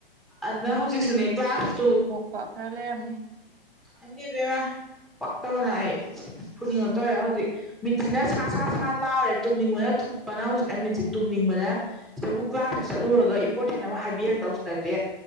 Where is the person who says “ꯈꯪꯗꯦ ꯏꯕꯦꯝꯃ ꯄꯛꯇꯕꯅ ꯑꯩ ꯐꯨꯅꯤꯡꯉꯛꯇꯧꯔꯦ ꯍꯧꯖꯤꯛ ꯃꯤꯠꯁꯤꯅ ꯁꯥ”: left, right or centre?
Centre